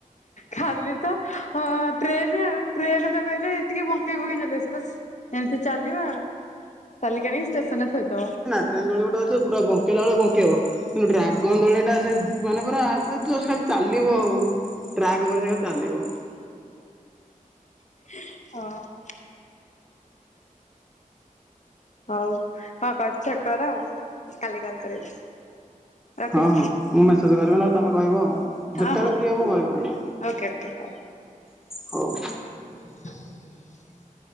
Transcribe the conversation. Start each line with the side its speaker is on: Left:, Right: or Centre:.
Left: ଖାଲିତ ଅଁ ଟ୍ରେନ୍ ଆଉ ଟ୍ରେନତ କହିଲେ ଟିକେ ବଙ୍କେଇ ବଙ୍କେଇ ବଙ୍କେଇ ଚାଲିବ ସେତ ଏମିତି ଚାଲିବ ଆଉ ଚାଲିକି ଆଣି ଷ୍ଟେସନ୍ ରେ ଥୋଇଦବ।
Centre: ଟ୍ରେନ୍ ଦୋଳି ଗୋଟେ ଅଛି ପୁରା ବଙ୍କେଇଲା ଆଳୁ ବଙ୍କେଇବ କିନ୍ତୁ ଡ୍ରାଗନ୍ ଦୋଳିଟା ସେ ମାନେ ପୁରା ସେ ଜୋସ୍ ଖାଲି ଚାଲିବ ଆଉ। ଟ୍ରାକ୍ ଉପରେ ସେଖାଲି ଚାଲିିବ।
Left: ହଁ। ହଉ କଣ କରୁଚ କର କାଲି କଲ୍ କରିବି? ରଖୁଛି
Centre: ହଁ ହଁ ମୁଁ ମେସେଜ୍ କରିବି ନହଲେ ତମେ କଇବ ଆଉ
Left: ହଁ
Centre: ଯେତେବେଳେ
Left: ହଁ
Centre: ଫ୍ରି ହବ କଇବ?
Left: ଓକେ ଓକେ ହଉ।
Centre: ହଉ।
Left: <inaudible>